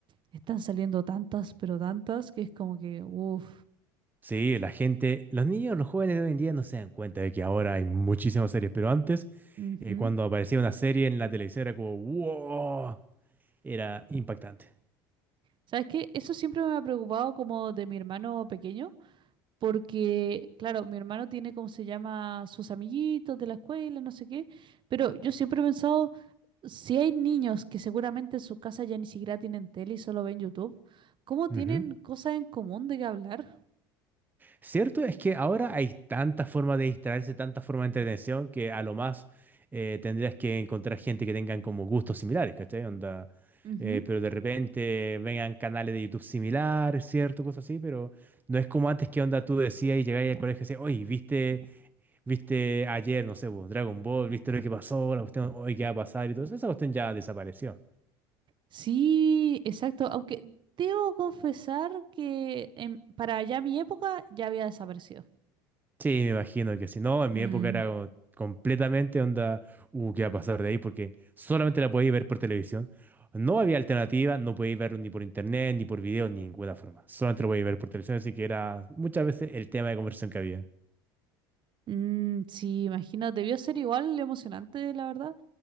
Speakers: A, on the right; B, on the right.
A: están saliendo tantas, pero tantas, que es como que, uff.
B: Sí, la gente, los niños, los jóvenes de hoy en día no se dan cuenta de que ahora hay muchísimas series, pero antes,
A: Ujú.
B: eh, cuando aparecía una serie en la televisión era como, wow, era impactante.
A: ¿Sabes qué? Eso siempre me ha preocupado como de mi hermano pequeño, porque, claro, mi hermano tiene, como se llama?, sus amiguitos de la escuela, no sé qué, pero yo siempre he pensado, si hay niños que seguramente en su casa ya ni siquiera tienen tele y solo ven YouTube, ¿cómo tienen
B: Ujú.
A: cosas en común de qué hablar?
B: Cierto es que ahora hay tantas formas de distraerse, tantas formas de entretención, que a lo más eh, tendrías que encontrar gente que tengan como gustos similares, ¿cachai? Onda,
A: Ujú.
B: eh, pero de repente vengan canales de YouTube similares, ¿cierto? Cosas así, pero no es como antes que onda tú decías y llegabas al colegio y decías, oye, ¿viste? Viste ayer, no sé, vos, Dragon Ball, viste lo que pasó, la cuestión, hoy qué va a pasar y todo eso. Esa cuestión ya desapareció.
A: Sí, exacto. Aunque debo confesar que en- para allá mi época ya había desaparecido.
B: Sí, me imagino que si no, en
A: Mm,
B: mi época era como completamente onda, uh, qué va a pasar de ahí, porque solamente la podéis ver por televisión. No había alternativa, no podéis verlo ni por internet, ni por video, ni ninguna forma. Solamente lo podéis ver por televisión, así que era muchas veces el tema de conversión que había.
A: mm, sí, imagino, debió ser igual emocionante, la verdad.